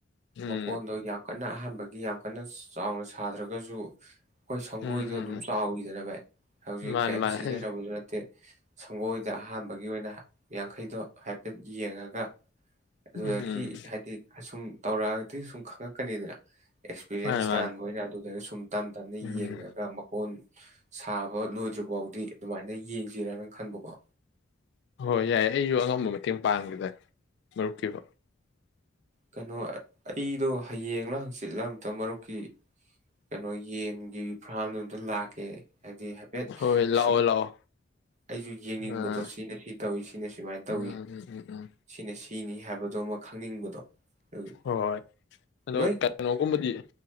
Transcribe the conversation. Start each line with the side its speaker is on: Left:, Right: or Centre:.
Left: ꯎꯝ
Right: ꯃꯀꯣꯟꯗꯣ ꯌꯥꯝ ꯀꯟꯅ ꯑꯍꯥꯟꯕꯒꯤ ꯌꯥꯝ ꯀꯟꯅ ꯆꯥꯎꯅ ꯁꯥꯗ꯭ꯔꯒꯁꯨ ꯑꯩꯈꯣꯏ ꯁꯪꯒꯣꯏꯗꯣ
Left: ꯎꯝ ꯎꯝ
Right: ꯑꯗꯨꯝ ꯆꯥꯎꯋꯤꯗꯅ ꯚꯥꯏ ꯍꯧꯖꯤꯛ
Left: ꯃꯥꯅꯤ
Right: ꯀꯔꯤꯝ
Left: ꯃꯥꯅꯤ
Right: ꯁꯤꯖꯤꯟꯅꯕꯖꯨ ꯅꯠꯇꯦ ꯁꯪꯒꯣꯏꯗ ꯑꯍꯥꯟꯕꯒꯤ ꯑꯣꯏꯅ ꯌꯥꯡꯈꯩꯗꯣ ꯍꯥꯏ ꯍꯥꯏꯐꯦꯠ ꯌꯦꯡꯉꯒ ꯑꯗꯨꯗꯀꯤ
Left: ꯎꯝ
Right: ꯍꯥꯏꯗꯤ ꯑꯁꯨꯝ ꯇꯧꯔꯛꯑꯒꯗꯤ ꯁꯨꯝ ꯈꯪꯉꯛꯀꯅꯤꯗꯅ ꯑꯦꯛꯁꯄꯤꯔꯤꯌꯦꯟꯁ
Left: ꯃꯥꯅꯤ ꯃꯥꯅꯤ
Right: ꯇꯥꯟꯕ ꯑꯣꯏꯅ ꯑꯗꯨꯗ ꯁꯨ ꯇꯝ ꯇꯝꯅ
Left: ꯎꯝ
Right: ꯌꯦꯡꯉꯒ ꯃꯀꯣꯟ ꯁꯥꯕ ꯂꯣꯏ ꯗ꯭ꯔꯤ ꯕꯥꯎꯗꯤ ꯑꯗꯨꯃꯥꯏꯅ ꯌꯦꯡ ꯖꯤꯔꯥ ꯅ ꯈꯟꯕꯀꯣ
Left: ꯍꯣꯏ ꯌꯥꯏ ꯑꯩꯁꯨ ꯑꯉꯝꯕ ꯃꯇꯦꯡ ꯄꯥꯡꯒꯦꯗ ꯃꯔꯨꯞꯀꯤꯕꯨ
Right: ꯀꯩꯅꯣ ꯑꯩꯗꯣ ꯍꯌꯦꯡ ꯍꯪꯆꯤꯠꯂ ꯑꯝꯇ ꯃꯔꯨꯞꯀꯤ ꯀꯩꯅꯣ ꯌꯦꯟꯒꯤ ꯐꯥꯔꯝꯗꯣ ꯑꯝꯇ ꯂꯥꯛꯀꯦ ꯍꯥꯏꯗꯤ ꯍꯥꯏꯐꯦꯠ
Left: ꯍꯣꯏ ꯂꯥꯛꯑꯣ
Right: ꯁꯨꯝ
Left: ꯂꯥꯛꯑꯣ
Right: ꯑꯩꯁꯨ ꯌꯦꯡꯅꯤꯡꯕꯗꯣ
Left: ꯑꯥ
Right: ꯁꯤꯅ ꯁꯤ ꯇꯧꯋꯤ ꯁꯤꯅ ꯁꯨꯃꯥꯏꯅ ꯇꯧꯏ
Left: ꯎꯝ ꯎꯝ ꯎꯝ ꯎꯝ
Right: ꯁꯤꯅ ꯁꯤꯅꯤ ꯍꯥꯏꯕ ꯑꯗꯣ ꯑꯃ ꯈꯪꯅꯤꯡꯕꯗꯣ ꯑꯗꯨꯒꯤ
Left: ꯍꯣꯏ ꯑꯗꯣ
Right: ꯅꯣꯏ
Left: ꯀꯩꯅꯣꯒꯨꯝꯕꯗꯤ